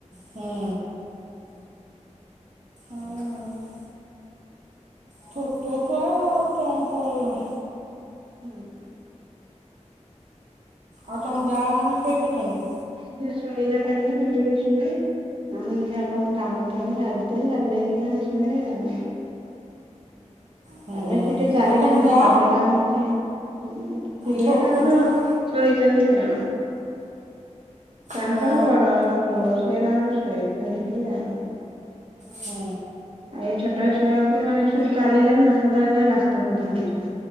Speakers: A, on the right; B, on the right.
A: ହୁଁ। ଏଇଆ ଆଉ ଛୋଟ ଛୁଆ କଣ କହିବ!
B: ହୁଁ
A: ଆଉ ତମ
B: ଆସି
A: ଯା
B: ଉଠିଲା
A: ମାନେ ଶୋଇପଡିଛନ୍ତି?
B: ସେ ଶୋଇଲା ଟାଇମ୍ ରେ ମୁଁ ଟିକେ ଶୁଏ। ନ ହେଲେ ଯଦି ଆଉ କଣ କାମ ଥିବ ସାରି ଦିଏ ସାରି ଦେଇକିନା ଶୁଏ ଆଉ।
A: ହୁଁ
B: ଆରେ ସେ ଟିକିଏ ଚାଲିଲାଣିନା
A: ଆଉ ତମ ଯା
B: ଚଗଲା ହଉଛି। ହଁ ସିଏ
A: ଛୋଟ
B: ତାଙ୍କର
A: ଛୁଆଟା
B: ଶୋଇଚନ୍ତି ଆଉ। ତାଙ୍କର
A: ହଁ
B: ବଡ ପୁଅ ସିଏ ତାର ଶୋଇଚନ୍ତି ଟିକେ ଆଉ।
A: ହୁଁ
B: ଏ ଛୋଟ ଛୁଆ କୁ ମାନେ ସବୁ ଚାଲିଲାନି ନା ସଦାବେଳେ ଖାଲି ରାସ୍ତାକୁ ଧାଉଁଚି